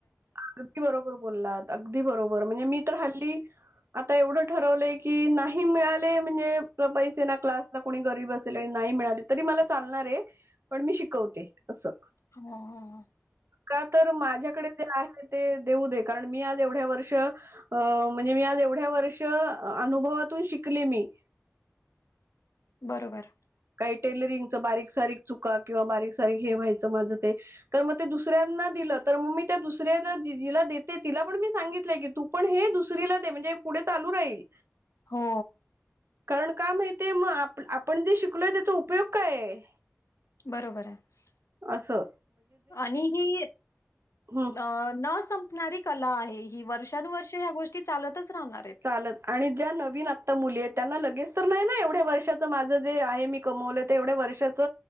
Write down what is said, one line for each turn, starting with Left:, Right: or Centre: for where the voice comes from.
Right: अगदी बरोबर बोललात अगदी बरोबर म्हणजे मी तर हल्ली आता एवढं ठरवलंय की नाही मिळाले म्हणजे पैसे ना क्लासला कोणी गरीब असेल आणि नाही मिळाले तरी मला चालणार आहे पण मी शिकवते असं
Left: हा हा हा
Right: का तर माझ्याकडे जे आहे ते देऊ दे कारण मी आज एवढ्या वर्ष म्हणजे मी आज एवढ्या वर्ष अनुभवात तून शिकले मी
Left: बरोबर
Right: काही टेलरिंग च बारीक सारीक चुका किंवा बारीक सारीक हे व्हायचं माझं ते तर मग ते दुसऱ्यांना तर मग मी त्या दुसऱ्याला जिला देते तिला पण मी सांगितलंय की तू पण हे दुसरीला दे म्हणजे पुढे चालू राहील
Left: हो
Right: कारण का माहितीय मग आपण जे शिकलोय त्याचा उपयोग काय आहे
Left: बरोबर आहे
Right: अससं
Left: आणि ही
Right: हम्म
Left: न संपणारी कला आहे ही वर्षानुवर्ष ह्या गोष्टी चालतच राहणार आहेत.
Right: चालत आणि ज्या नवीन आत्ता मुली आहेत त्यांना लगेच तर नाही ना एवढ्या वर्षाचं माझं जे आहे मी कमवलं ते एवढ्या वर्षातच